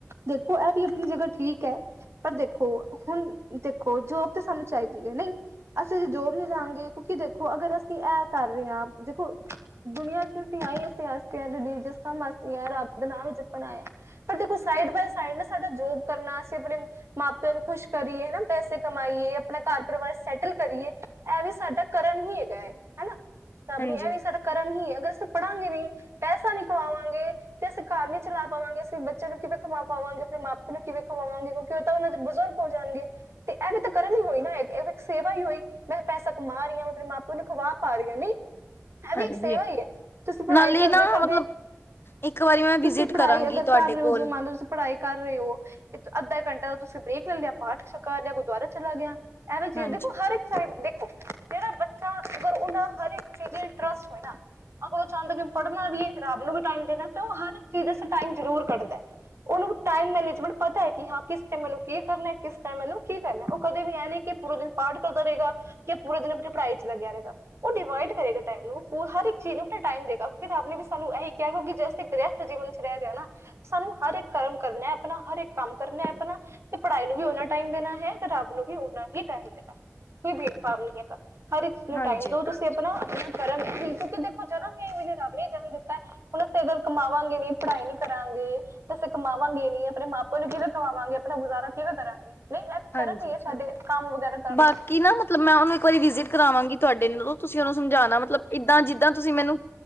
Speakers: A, on the right; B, on the left.
A: ਦੇਖੋ ਐਹ ਵੀ ਆਪਣੀ ਜਗਾ ਠੀਕ ਐ, ਪਰ ਦੇਖੋ ਹੁਣ ਦੇਖੋ ਜੋਬ ਤੇ ਸਾਨੂੰ ਚਾਈਦੀ ਐ ਨ‌ਈ। ਅਸੀ ਤੇ ਜੋਬ ਨੀ ਲਾਂਗੇ ਕਿਉਂਕਿ ਦੇਖੋ ਅਗਰ ਅਸੀ ਐ ਕਰ ਰੇ ਆਂ ਦੇਖੋ ਦੁਨੀਆਂ ਚ ਅਸੀ ਆਏ ਐਸ ਆਸਤੇ <unintelligible> ਰੱਬ ਦਾ ਨਾਮ ਜਪਨ ਆਏ ਆਂ। ਪਰ ਦੇਖੋ ਸਾਈਡ ਬਾਏ ਸਾਈਡ ਨਾ ਸਾਡਾ ਜੋਬ ਕਰਨਾ ਅਸੀ ਅਪਣੇ ਮਾਂ ਪੇਓ ਨੂੰ ਖੁਸ਼ ਕਰੀਏ ਨਾ ਪੈਸੇ ਕਮਾਈਏ ਅਪਣਾ ਘਰ ਪਰਿਵਾਰ ਸੈਟਲ ਕਰੀਏ। ਐ ਵੀ ਸਾਡਾ ਕਰਮ ਹੀ ਹੈਗਾ ਐ ਏਕ। ਸਬਰੀ
B: ਹਾਂਜੀ
A: ਐਵੀ ਸਾਡਾ ਕਰਮ ਹੀ ਐ। ਅਗਰ ਅਸੀ ਪੜਾਂਗੇ ਨਈ, ਪੈਸਾ ਨੀ ਕਮਾਵਾਂਗੇ ਤੇ ਅਸੀ ਘਰ ਨੀ ਚਲਾ ਪਾਵਾਂਗੇ। ਬੱਚੇਆਂ ਨੂੰ ਕਿਵੇਂ ਖਮਾ ਪਾਵਾਂਗੇ ਅਪਣੇ ਮਾਪੇ ਨੂੰ ਕਿਵੇਂ ਖਵਾਵਾਂਗੇ ਕਿਉਂਕਿ ਉਹ ਤਾਂ ਓਨਾਂ ਚ ਬਜੁਰਗ ਹੋ ਜਾਨ‌ ਗੇ। ਤੇ ਐ ਵੀ ਤੇ ਕਰਮ ਹੀ ਹੋਏ ਨਾ, ਐਵੀ ਇੱਕ ਸੇਵਾ ਈ ਹੋਈ। ਮੈਂ ਪੈਸਾ ਕਮਾ ਰੀ ਆਂ, ਅਪਣੇ ਮਾਂ ਪੇਓ ਨੂੰ ਖਵਾ ਪਾ ਰੀ ਆਂ ਨੀ। ਐ
B: ਹਾਂਜੀ
A: ਵੀ ਇੱਕ ਸੇਵਾ ਈ ਐ। ਤੁਸੀ ਪੜਾਈ
B: ਨਾਲੇ
A: ਕਰਦੇ
B: ਨਾ
A: ਕਰਦੇ
B: ਮਤਲਬ ਇੱਕ ਵਾਰੀ ਮੈਂ ਵਿਜਿਟ
A: ਤੁਸੀ
B: ਕਰਾਂਗੀ
A: ਪੜਾਈ ਅਗਰ
B: ਤੁਹਾਡੇ
A: ਕਰ ਰਏ
B: ਕੋਲ
A: ਓ ਜੋ ਮੰਨ ਲਓ ਤੁਸੀ ਪੜਾਈ ਕਰ ਰਏ ਓ। ਅੱਧਾ ਇੱਕ ਘੰਟਾ ਦਾ ਤੁਸੀ ਬ੍ਰੇਕ ਲੇ ਲੇਆ ਪਾਠ ਕਰ ਲੇਆ ਗੁਰਦੁਆਰੇ ਚਲਾ ਗੇਆ। ਐਵੇਂ ਚੀਜ
B: ਹਾਂਜੀ
A: ਦੇਖੋ ਹਰੇਕ ਸਾਈ ਦੇਖੋ ਜੇੜਾ ਬੱਚਾ ਅਗਰ ਓਦਾ ਹਰ ਇੱਕ ਚੀਜ ਇੰਟਰਸਟ ਹੋਏ ਨਾ ਅਗਰ ਓ ਚਾੰਦਾ ਕਿ ਪੜਨਾ ਵੀ ਏ, ਰਬ ਨੂੰ ਵੀ ਟਾਈਮ ਦੇਣਾ ਤੇ ਓ ਹਰ ਇੱਕ ਚੀਜ ਆਸੇ ਟਾਈਮ ਜਰੂਰ ਕੱਢਦਾ ਐ। ਓਨਾਂ ਨੂੰ ਟਾਈਮ ਮੈਨੇਜਮੈਂਟ ਪਤਾ ਐ ਕਿ ਹਾਂ ਕਿਸ ਟੈਮ ਮੈਨੂੰ ਕੀ ਕਰਨਾ ਕਿਸ ਟਾਈਮ ਮੈਨੂੰ ਕੀ ਕਰਨਾ ਐ। ਓ ਕਦੇ ਵੀ ਐ ਨੀ ਕਿ ਪੂਰਾ ਦਿਨ ਪਾਠ ਕਰਦਾ ਰੇਗਾ ਯਾ ਪੂਰੇ ਦਿਨ ਅਪਨੀ ਪੜਾਈ ਚ ਲੱਗੇਆ ਰੇਗਾ। ਓ ਡਿਵਾਈਡ ਕਰੇਗਾ ਟਾਈਮ ਨੂੰ। ਓ ਹਰ ਇੱਕ ਚੀਜ ਨੂੰ ਅਪਨਾ ਟਾਈਮ ਦੇਗਾ। ਫੇਰ ਰਬ ਨੇ ਵੀ ਸਾਨੂੰ ਐਹੀ ਕੇਆ ਕਿਉਕਿ ਗ੍ਰਸਤ ਵਿਚ ਰੈ ਜੀਵਨ ਚ ਰੈ ਰੇਆ ਨਾ, ਸਾਨੂੰ ਹਰ ਏਕ ਕਰਮ ਕਰਨਾ ਆਪਨਾ ਹਰੇਕ ਕੰਮ ਕਰਨੈ ਆਪਨਾ। ਤੇ ਪੜਾਈ ਨੂੰ ਵੀ ਓਨਾ ਟਾਈਮ ਦੇਨਾ ਹੈ, ਤੇ ਰੱਬ ਨੂੰ ਵੀ ਓਨਾ ਹੀ ਟਾਈਮ ਦੇਨਾ ਹੈ। ਕੋਈ ਭੇਦਭਾਵ ਨੀ ਹੈਗਾ। ਹਰ ਇੱਕ ਨੂੰ
B: ਹਾਂਜੀ
A: ਟਾਈਮ ਦਓ ਤੁਸੀ ਅਪਨਾ ਆਪਣਾ ਕਰਮ ਹੀ ਕਿਉਂਕਿ ਦੇਖੋ ਜਦੋਂ ਮੈਨੂੰ ਰਬ ਨੇ ਜਨਮ ਦਿੱਤਾ ਐ, ਹੁਣ ਅਸੀ ਅਗਰ ਕਮਾਵਾਂਗੇ ਨੀ ਪੜਾਈ ਨੀ ਕਰਾਂਗੇ ਦੇ ਅਸੀ ਕਮਾਵਾਂਗੇ ਨੀ ਅਪਣੇ ਮਾਂ ਪੇਓ ਨੂੰ ਕਿਵੇਂ ਖਵਾਵਾਂਗੇ ਅਪਣਾ ਗੁਜ਼ਾਰਾ ਕਿਵੇਂ ਕਰਾਂਗੇ? ਨਈ ਐ ਤੇ ਕਰਮ
B: ਹਾਂਜੀ
A: ਈਐ ਸਾਡੇ ਕੰਮ ਵਗੈਰਾ ਕਰਨਾ।
B: ਬਾਕੀ ਨਾ ਮਤਲਬ ਮੈਂ ਓਨੂੰ ਇੱਕ ਵਾਰੀ ਵਿਜ਼ਿਟ ਕਰਵਾਵਾਂਗੀ ਤੁਆਡੇ ਨੂੰ ਤੁਸੀਂ ਓਨੂੰ ਸਮਝਾਣਾ ਮਤਲਬ ਇਦਾਂ ਜਿੱਦਾਂ ਤੁਸੀ ਮੈਨੂੰ